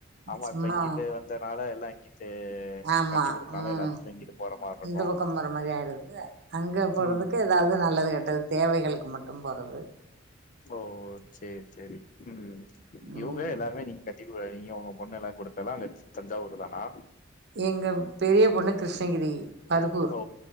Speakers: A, on the left; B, on the right.
A: ஆமா
B: சும்மா
A: இப்ப இங்கிட்டு வந்தனால எல்லா இங்கிட்டு
B: ஆமா
A: கட்டி குடுத்தனால
B: ம்
A: எல்லாத்துக்கு இங்கிட்டு போற மாரி இருக்கு
B: இந்த பக்க போற மாதிரி ஆயிடுது அங்க போறதுக்கு
A: ம்
B: அதாவது நல்லது கெட்டது தேவைகளுக்கு மட்டு போறது
A: ஓ சேரி சேரி ம் இவுங்க
B: ம்
A: எல்லாருமே நீங்க ட்டிக்குடநீங்க உங்க பொண்ணல்லா குடுத்தது அங்க தஞ்சாவூர் தானா
B: எங்க பெரிய பொண்ணு கிருஷ்ணகிரி பருகூர்
A: ஓ